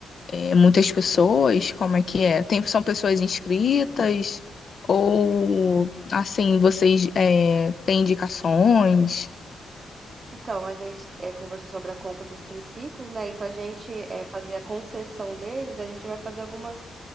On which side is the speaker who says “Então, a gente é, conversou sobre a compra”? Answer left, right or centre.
Right